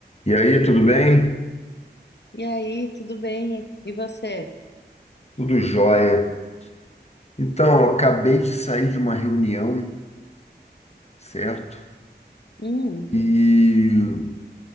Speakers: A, on the left; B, on the left.
A: E aí, tudo bem?
B: E aí, tudo bem? E você?
A: Tudo jóia. Então, eu acabei de sair de uma reunião, certo?
B: Hum,
A: E